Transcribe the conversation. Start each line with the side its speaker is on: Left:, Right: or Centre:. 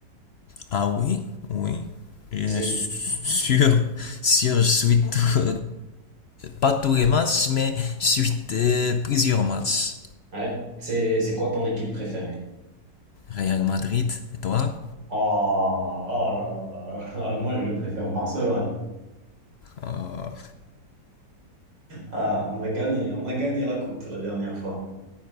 Left: Ah oui, oui. Je
Right: C'est,
Left: suis sûr, sûr, je suis tout- pas tous les matchs, mais je suis euh, plusieurs matchs.
Right: ouais, c'est, c'est quoi ton équipe préférée?
Left: Real Madrid, et toi?
Right: Oh, oh là là là là. <laughs> Moi, je préfère Barcelone.
Left: Ah.
Right: Ah, on a gagné, on a gagné la coupe la dernière fois.